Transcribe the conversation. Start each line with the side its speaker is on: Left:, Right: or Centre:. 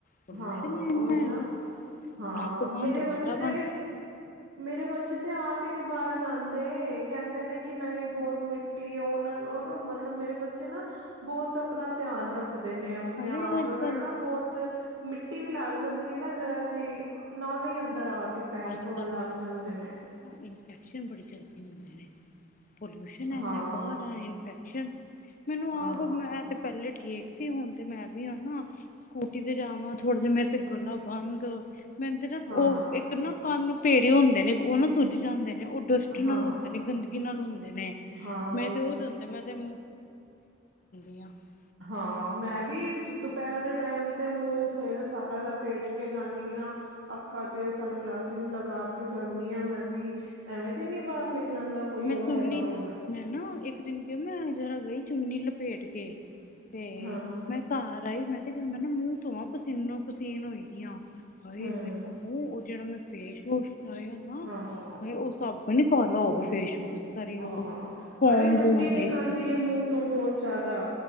Left: ਪੋਲਿਊਸ਼ਨ
Right: ਹਾਂ
Left: ਹੀ ਇੰਨਾ
Right: ਉਹੀ ਨਾ
Left: ਹੈਗਾ
Right: ਹਾਂ
Left: ਨੱਕ ਬੰਦ
Right: ਮੇਰੇ ਬੱਚੇ
Left: ਗਲਾ ਬੰਦ
Right: ਤੇ ਮੇਰੇ ਬੱਚੇ ਤੇ ਆਪ ਹੀ ਨੇ ਬਾਹਰ ਜਾਂਦੇ। ਕਹਿੰਦੇ ਨੇ ਕਿ ਨਹੀਂ ਬਹੁਤ ਮਿੱਟੀ ਹੈ। ਉਹਨਾਂ ਨੂੰ ਨਾ ਮਤਲਬ ਮੇਰੇ ਬੱਚੇ ਨਾ ਬਹੁਤ ਆਪਣਾ ਧਿਆਨ ਰੱਖਦੇ ਨੇ। ਆਪਣੇ
Left: ਅਰੇ
Right: ਆਪ
Left: ਅੱਜ-ਕੱਲ੍ਹ
Right: ਹੀ। ਉਹਨਾਂ ਨੂੰ ਨਾ ਬਹੁਤ ਮਿੱਟੀ ਵੀ ਲੱਗ ਜਾਂਦੀ ਹੈ ਨਾ ਜਹੜਾ ਜੀ ਨਾਲ ਹੀ ਅੰਦਰ ਆ ਕੇ ਕੇ ਪੈਰ
Left: ਅੱਜ-ਕੱਲ੍ਹ
Right: ਧੋਣ ਲੱਗ ਜਾਂਦੇ ਨੇ।
Left: ਨਾ ਇਨਫੈਕਸ਼ਨ ਬੜਾ ਜਲਦੀ ਹੋਂਦਏ ਨੇ। ਪੋਲੂਸ਼ਨ ਇਨ੍ਹਾਂ
Right: ਹਾਂ
Left: ਹੈ। ਇੰਫੈਕਸ਼ਨ ਮੈਨੂੰ
Right: ਹਾਂ
Left: ਆਪ ਮੈਂ ਤੇ ਪਹਿਲੇ ਠੀਕ ਸੀ। ਹੁਣ ਤੇ ਮੈਂ ਵੀ ਆ ਨਾ ਸਕੂਟੀ ਤੇ ਜਾਵਾਂ ਥੋੜੇ ਜਹੇ ਮੇਰੇ ਤੇ ਗਲਾ ਬੰਦ <unintelligible>
Right: ਹਾਂ
Left: ਕੰਨ ਪੇੜੇ ਹੁੰਦੇ ਨੇ। ਉਹ ਨਾ ਸੁੱਜ ਜਾਂਦੇ ਨੇ। ਉਹ ਡਸਟ
Right: ਹਾਂ
Left: ਨਾਲ ਹੁੰਦੇ ਨੇ। ਗੰਦਗੀ ਨਾਲ ਹੁੰਦੇ ਨੇ।
Right: ਹਾਂ
Left: ਮੈਂ
Right: ਉਹੀ
Left: ਤੇ ਉਹ ਜਾਂਦਾ। ਮੈਂ ਤੇ <unintelligible>
Right: ਹਾਂ ਮੈਂ ਵੀ ਦੁਪਹਿਰ ਦੇ ਟਾਈਮ ਤੇ ਮੂੰਹ ਸਿਰ ਸਾਰਾ ਲਪੇਟ ਕੇ ਜਾਂਦੀ ਹਾਂ। ਅੱਖਾਂ ਤੇ ਸਨਗਲਾਸਿਸ ਲਗਾ ਕੇ ਜਾਂਦੀ ਹ ਮੈਂ ਵੀ। ਐਵੇਂ ਤੇ ਨੀ ਬਾਹਰ ਨਿਕਲ ਨਿਕਲਣ ਦਾ ਕੋਈ।
Left: ਮੈਂ
Right: ਉਹ
Left: ਚੁੰਨੀ
Right: ਹੈਗਾ ਹੁਣ।
Left: ਮੈਂ ਨਾ ਇੱਕ ਦਿਨ ਕਿਹਾ ਮੈਂ ਜਰਾ ਗਈ ਚੁੰਨੀ ਲਪੇਟ ਕੇ ਤੇ
Right: ਹਾਂ
Left: ਮੈਂ ਘਰ ਆਈ। ਮੈਂ ਕਿਹਾ ਚ ਮੈਂ ਮੂੰਹ ਧੋਵਾਂ ਪਸੀਨੋ ਪਸੀਨ ਹੋਈ ਦੀਆਂ ਹਾਏ
Right: ਹਮ
Left: ਮੂੰਹ ਜਿਹੜਾ ਮੈਂ ਫੇਸ ਵਾਸ਼ ਲਾਇਆ ਨਾ
Right: ਹਾਂ
Left: <unintelligible>
Right: ਹਾਂ,
Left: ਉਹ
Right: ਹਾਂ
Left: ਫੋਮ
Right: ਅਰੇ ਮਿੱਟੀ
Left: ਜੇ ਹੁੰਦੀ
Right: ਨਿਕਲਦੀ ਹੈ ਮੂੰਹ ਤੋਂ ਬਹੁਤ ਜ਼ਿਆਦਾ।